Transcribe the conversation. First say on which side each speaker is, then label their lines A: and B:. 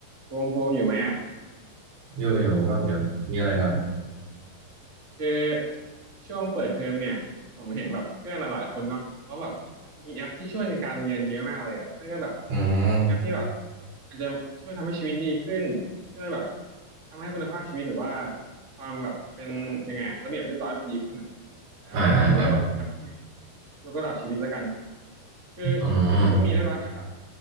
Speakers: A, on the right; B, on the right.
A: โพมโพมอยู่ไหมอ่ะ
B: อยู่อยู่ว่างเดี๋ยวมีอะไรนะครับ
A: คือช่วงเปิดเทอมเนี่ยผมเห็นแบบเพื่อนหลายๆคนเนาะเขาแบบมีแอปที่ช่วยในการเรียนเยอะมากเลยอ่ะไม่ก็แบบ
B: อืม
A: เป็นแอปที่แบบอาจจะช่วยทำให้ชีวิตดีขึ้นช่วยแบบทำให้คุณภาพชีวิตหรือว่าความแบบเป็นยังไงอะระเบียบเรียบร้อยมันดีขึ้นอ่ะอ่าหรือว่าแบบแอปที่
B: อ่าอ่าอ่า
A: ยกระดับชีวิตแล้วกันคือ
B: อืม
A: ผมก็มีนะบางแอปอ่ะ